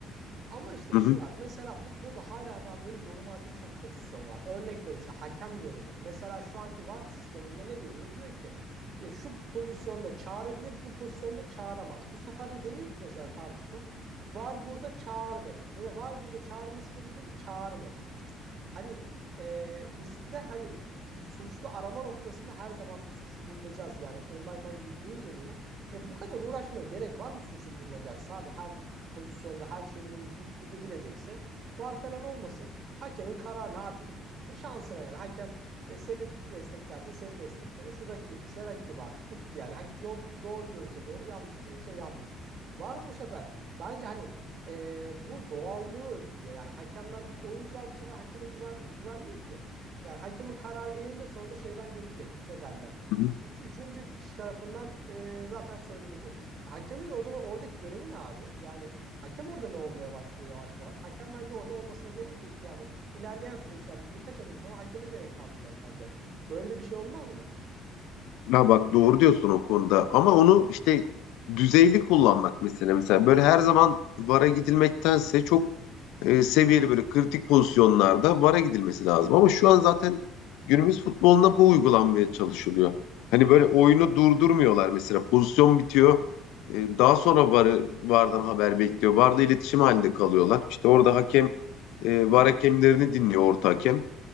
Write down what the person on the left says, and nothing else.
Hı
hı,
hı hı.
Ya bak doğru diyorsun o konuda ama onu işte düzeyli kullanmak mesela mesela böyle her zaman VAR'a gidilmektense çok e, seviyeli böyle kritik pozisyonlarda VAR'a gidilmesi lazım. Ama şu an zaten günümüz futboluna bu uygulanmaya çalışılıyor. Hani böyle oyunu durdurmuyorlar mesela pozisyon bitiyor. E, daha sonra VAR'ı VAR'dan haber bekliyor. VAR'la iletişim halinde kalıyorlar. İşte orada hakem e, VAR hakemlerini dinliyor orta hakem.